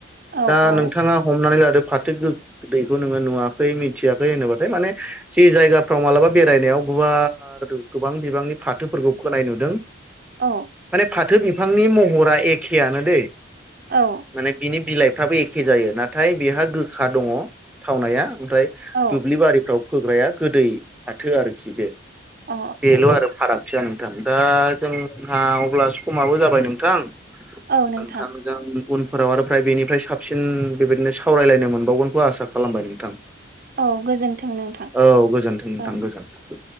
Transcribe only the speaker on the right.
औ
औ
औ
औ
औ
अ
औ नोंथां।
औ गोजोन्थों नोंथां
औ